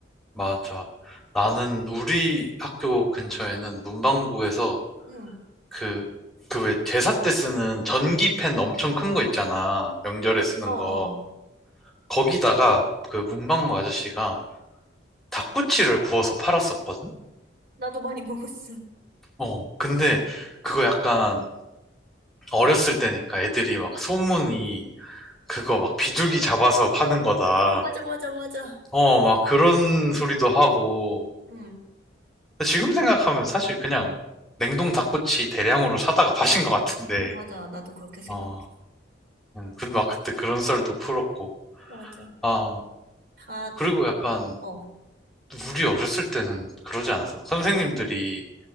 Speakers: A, in the centre; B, on the right (about 55°).
A: 맞아. 나는 우리 학교 근처에는 문방구에서
B: 응.
A: 그, 그 왜 제사 때 쓰는 전기펜 엄청 큰 거 있잖아. 명절에 쓰는
B: 어, 어.
A: 거. 거기다가 그 문방구 아저씨가 닭꼬치를 구워서 팔았었거든?
B: 나도 많이 먹었어.
A: 어, 근데 그거 약간 어렸을 때니까 애들이 막 소문이 그거 막 비둘기 잡아서 파는 거다.
B: 어, 맞아, 맞아, 맞아.
A: 어, 막 그런 소리도 하고.
B: 응.
A: 근데 지금 생각하면 사실 그냥 냉동 닭꼬치 대량으로 사다가 파신 것 같은데.
B: 맞아. 나도 그렇게 생각해.
A: 어, 음, 근데 막 그때 그런 썰도 풀었고.
B: 맞아.
A: 아,
B: 다,
A: 그리고 약간
B: 어.
A: 우리 어렸을 때는 그러지 않았어. 막 선생님들이